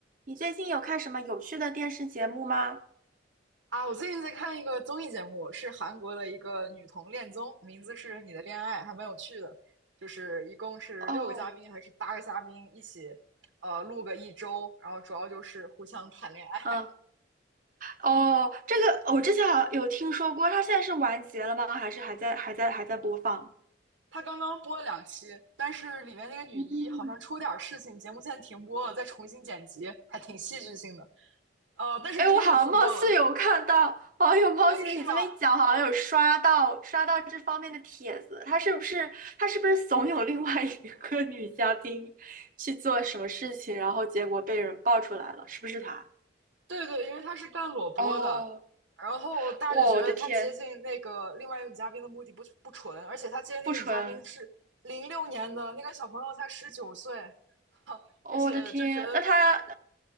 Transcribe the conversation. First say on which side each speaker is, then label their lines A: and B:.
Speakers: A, on the right; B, on the right.
A: 你最近有看什么有趣的电视节目吗？
B: 啊，我最近在看一个综艺节目，是韩国的一个女同恋综，名字是《你的恋爱》，还蛮有趣的。就是一共是六个嘉宾还是八个嘉宾一起，
A: 哦，
B: 呃，录个一周，然后主要就是互相谈恋爱。
A: 嗯，哦，这个我之前好像有听说过，它现在是完结了吗？还是还在还在还在播放？
B: <laughs> 他刚刚播了两期，但是里面那个女一好像出点儿事情，
A: 嗯，
B: 节目现在停播了，再重新剪辑，还挺戏剧性的。呃，但是明天就复播了。
A: 哎，我好像貌似有看到，好像有貌似你这么一讲，
B: 哎，是吧？
A: 好像有刷到刷到这方面的帖子。他是不是他是不是怂恿另外一个女嘉宾去做什么事情，然后结果被人爆出来了？是不是他？
B: 对对，因为他是干裸播的，
A: 哦，
B: 然后大家就觉得他接近那个另外一个女嘉宾的目的不不纯，
A: 我的天，
B: 而且他接近那个女嘉宾是零六年的，
A: 不纯，
B: 那个小朋友才十九岁，<laughs> 哈，
A: 我的天，
B: 而且就觉得
A: 那他